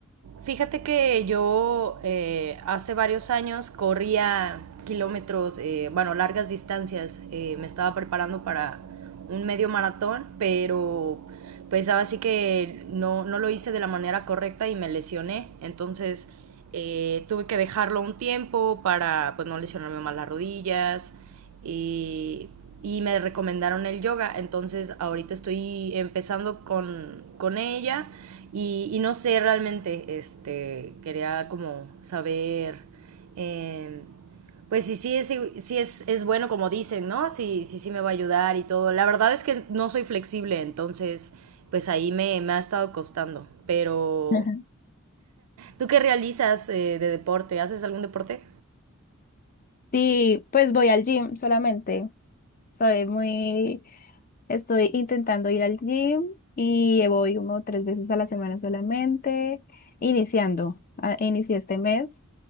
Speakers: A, on the right; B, on the left.
A: Fíjate que yo eh, hace varios años corría kilómetros, eh, bueno, largas distancias. eh, me estaba preparando para un medio maratón, pero pues ahora sí que no, no lo hice de la manera correcta y me lesioné. Entonces eh, tuve que dejarlo un tiempo para pues no lesionarme más las rodillas y, y me recomendaron el yoga. Entonces ahorita estoy empezando con, con ella y, y, no sé realmente, este, quería como saber... Eh, pues sí, sí, sí, sí es, es bueno como dicen, ¿no? Sí, sí, sí me va a ayudar y todo. La verdad es que no soy flexible, entonces, pues ahí me, me ha estado costando. Pero,
B: <laughs>
A: ¿tú qué realizas eh, de deporte? ¿Haces algún deporte?
B: Sí, pues voy al gym solamente. Soy muy, estoy intentando ir al gym y voy como tres veces a la semana solamente, iniciando, ah, inicié este mes